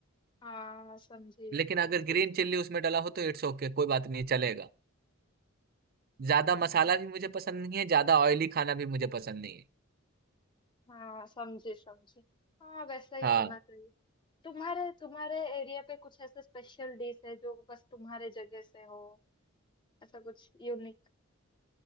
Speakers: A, on the left; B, on the right.
A: हाँ समझी
B: लेकिन अगर ग्रीन चिल्ली उसमें डला हो तो इट्स ओके कोई बात नहीं चलेगा ज्यादा
A: हाँ।
B: मसाला भी मुझे पसंद नहीं है ज्यादा ऑयली खाना भी मुझे पसंद नहीं है
A: हाँ समझी समझी हाँ वैसा ही
B: हाँ
A: होना चाहिए तुम्हारे तुम्हारे एरिया पे कुछ ऐसे स्पेशल डिश है जो बस तुम्हारे जगह से हो ऐसा कुछ यूनिक